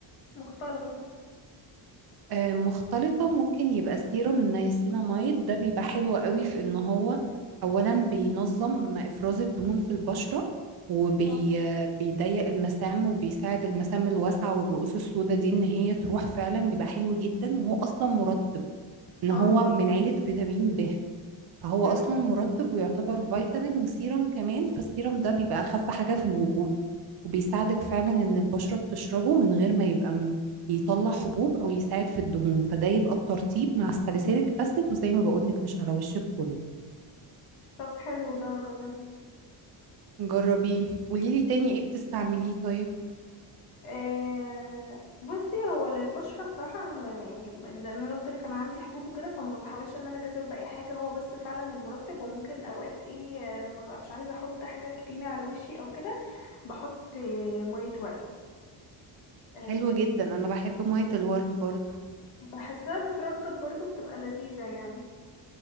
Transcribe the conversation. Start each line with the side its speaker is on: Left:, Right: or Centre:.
Left: مختلطة
Right: آه، مختلطة ممكن يبقى سيروم النياسيناميد ده بيبقى حلو قوي في ان هو اولا بينظم افراز الدهون في البشرة وبيضيق
Left: اه
Right: المسام وبيساعد المسام الواسعة والرؤوس السوداء دي ان هي تروح فعلا بيبقى حلو جدا وهو اصلا مرطب ان
Left: اه
Right: هو من عيلة فيتامين ب فهو
Left: مم.
Right: اصلا مرطب ويعتبر فيتامين وسيرم كمان فالسيرم ده بيبقى اخف حاجة في الوجود وبيساعدك فعلا ان البشرة بتشربه من غير ما يبقى م- يطلع حبوب او يساعد في الدهون فده يبقى الترطيب مع الساليسيليك اسيد وزي ما بقولك مش على وشك كله
Left: طب حلو ده هجربه
Right: جربيه قوليلي تاني ايه بتستعمليه طيب
Left: آه، بصي هو للبشرة بصراحة أنا ما ما- يعني ما- لأن أنا قلت لك أنا عندي حبوب وكده فما بحاولش إن أنا أجازف بأي حاجة هو بس فعلا المرطب وممكن أوقات إيه آه، لما ببقى مش عايزة أحط حاجة كريمي على وشي أو كده بحط آه، مية ورد آه،
Right: حلو جدا انا بحب مية الورد برضو
Left: بحسها بترطب برضو بتبقى لذيذة يعني